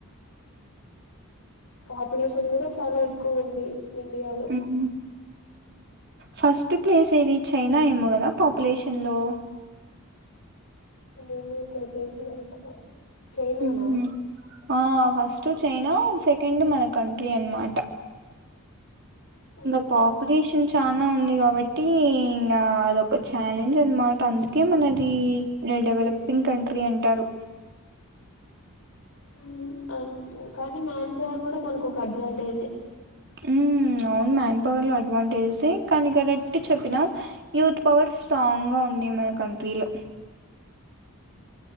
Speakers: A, on the left; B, on the right.
A: పాపులేషన్ కూడా చాలా ఎక్కువ ఉంది ఇండియాలో
B: హ్మ్ ఫస్ట్ ప్లేస్ ఏది చైనా ఏమో కదా పాపులేషన్ లో
A: ఏమో తెలిదు నాకు చైనానా
B: మ్మహు ఆ ఫస్ట్ టు చైనా సెకండ్ మన కంట్రీ అనమాట
A: ఉమ్,
B: ఇంకా పాపులేషన్ చాన ఉంది కాబట్టి ఈ ఇంకా అదొక ఛాలెంజ్ అనమాట అందుకే మనది డెవలపింగ్ కంట్రీ అంటారు
A: మ్మహ్ అ కానీ మ్యాన్ పవర్ కూడా మనకు ఒక అడ్వాంటేజే
B: మ్మ్ అవును మ్యాన్ పవర్ లో అడ్వాంటేజెస్ కానీ కరెక్ట్ చెప్పినాం యూత్ పవర్ స్ట్రాంగ్ గా ఉంది మన కంట్రీలో